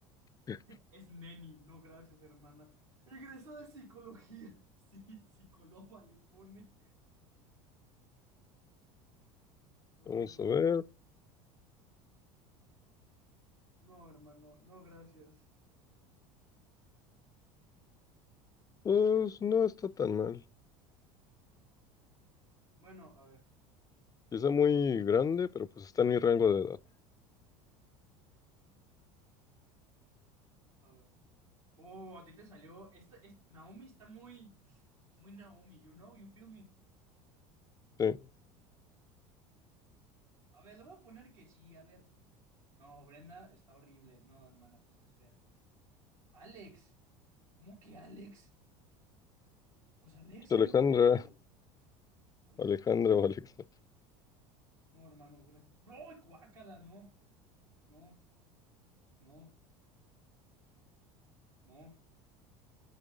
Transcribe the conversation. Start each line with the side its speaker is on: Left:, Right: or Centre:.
Left: <laughs>
Right: Es neni, no gracias, hermana. Egresó de psicología. <laughs> Sí, psicóloga le pone. Eh,
Left: Vamos a ver,
Right: no, hermano, no gracias.
Left: pues no está tan mal.
Right: Bueno, a ver,
Left: Quizá muy grande, pero pues está en mi rango de edad.
Right: a ver. Oh, a ti te salió. Esta, es, Naomi está muy, muy Naomi, you know, you feel me.
Left: Sí,
Right: A ver, le voy a poner que sí, a ver. No, Brenda está horrible. No, hermana, tú estás fea. Alex, ¿cómo que Alex? Pues Alexa,
Left: pues
Right: yo
Left: Alejandra,
Right: creo, ¿no? Uy,
Left: <laughs> Alejandra o Alexa.
Right: no, hermano, gracias. No, guácala, no, no, no, no.